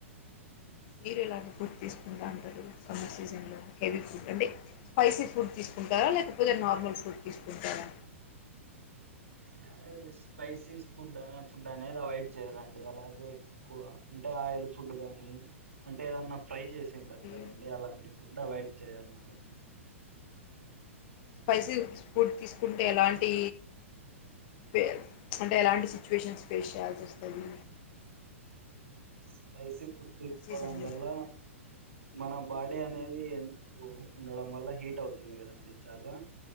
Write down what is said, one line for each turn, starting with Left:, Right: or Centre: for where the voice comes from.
Left: మీరు ఎలాంటి ఫుడ్ తీసుకుంటా ఉంటరు సమ్మర్ సీజన్ లో హెవీ ఫుడ్ అంటే స్పైసీ ఫుడ్ తీస్ కుంటారా లేకపోతే నార్మల్ ఫుడ్ తీసుకుంటారా
Right: <inaudible> అంటే స్పైసీస్ ఫుడ్డు అనే ఫుడ్డు అనేది అవాయిడ్ చేయాలండి అలాగే ఎక్కువ అంటే ఆయిల్ ఫుడ్డు గానీ అంటే ఏదన్నా ఫ్రై జేస్ తింటాం
Left: ఓకే
Right: కదండి అలాంటి ఫుడ్డు అవాయిడ్ జేయాలండి అది
Left: స్పైసీస్ ఫుడ్ తీసుకుంటే ఎలాంటి తే అంటే ఎలాంటి సిచువేషన్స్ ఫేస్ చేయాల్సోస్తది
Right: అంటే స్పైసీ ఫుడ్ తీసుకోవడం
Left: సీజన్లో
Right: వల్ల మన బాడీ అనేది ఎండకు ఉండడం వల్ల హీట్ అవుతుంది కదండి చాలా